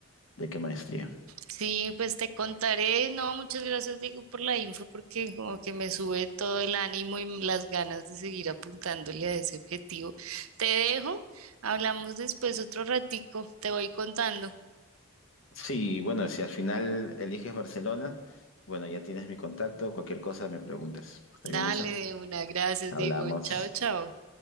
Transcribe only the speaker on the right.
Sí, pues te contaré. No, muchas gracias, Diego, por la info, porque como que me sube todo el ánimo y las ganas de seguir apuntándole a ese objetivo. Te dejo, hablamos después otro ratico, te voy contando.
Dale,
de una, gracias,
Diego. Chao, chao.